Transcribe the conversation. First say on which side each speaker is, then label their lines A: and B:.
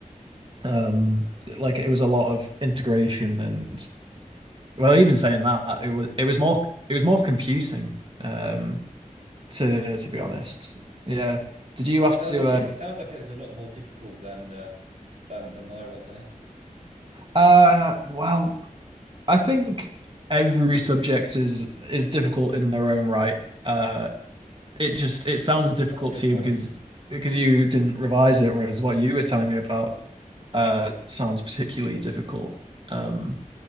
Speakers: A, on the right; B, on the right.
A: Um, like it was a lot of integration and well, even saying that, it was it was more it was more computing, um, to
B: I see.
A: to be honest. Yeah. Did you
B: Well,
A: have
B: it sounds
A: to
B: like
A: uh
B: it. It sounds like it was a lot more difficult than uh, than than my one. There,
A: uh well, I think every subject is is difficult in their own right. Uh it just it sounds
B: <laughs>
A: difficult
B: that's a good
A: to
B: point.
A: you because because you didn't revise it, whereas what you were telling me about uh sounds particularly difficult. Um